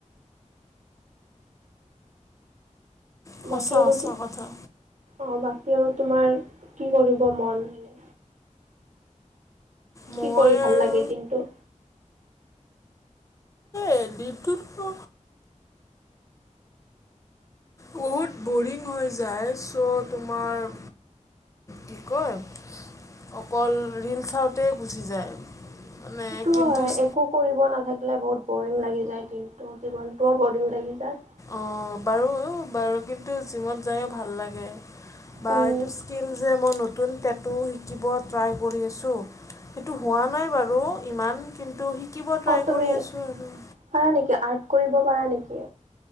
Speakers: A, on the left (about 25°); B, on the right (about 70°).
A: সঁচা
B: বাকী আৰু
A: সঁচা
B: তু
A: কথা
B: অ বাকী আৰু তোমাৰ কি কৰিব মন? এনে
A: মই
B: কি কৰি ভাল
A: আৰু
B: লাগে দিনটো?
A: এই দিনটো টো বহুত বৰিং হৈ যায় ছ' তোমাৰ কি কয় অকল ৰীল চাওঁতে গুচি যায়। মানে
B: সেইটো
A: কিন্তু
B: হয় একো কৰিব নাথাকিলে বহুত বৰিং লাগি যায় দিনটো, জীৱনটোও বৰিং লাগি যায়।
A: অ' বাৰু বাৰু কিন্তু জিমত যায়ো ভাল লাগে। বা,
B: অঁ
A: এইটো স্কিল যে, মই নতুন টেটু শিকিব ট্ৰাই কৰি আছোঁ। সেইটো হোৱা নাই বাৰু, ইমান কিন্তু শিকিব ট্ৰাই
B: অঁ তুমি
A: কৰি আছোঁ আৰু।
B: পাৰা নেকি, আৰ্ট কৰিব পাৰা নেকি?